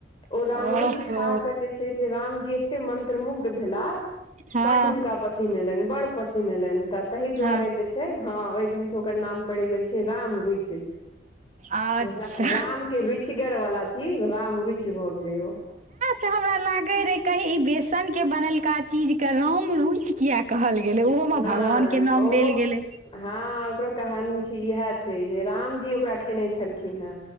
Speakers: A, on the left; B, on the right.
A: ओ रामरुइच
B: ओहो
A: खा क जे छै से रामजी एते मंत्रमुग्ध भेला
B: हँ
A: बड्ड हुनका पसीन एलनि बड़ पसीन एलनि त तहि दुवारे
B: हँ
A: जे छै हॅं ओइ दिन स ओकर नाम पड़ि गेल छै रामरुइच।
B: अच्छा
A: र राम के रुचिगर बला चीज रामरुइच भऽ गेलै ओ।
B: से हमरा लागै रहै कही इ बेसन के बनेलका चीज के राम रुइच किया कहल गेलै ओहो म
A: नहि
B: भगवान के नाम
A: ओहो
B: देल गेलै।
A: हँ ओकरो कहानी छै इहेए छै जे रामजी ओकरा खेने छलखिन हें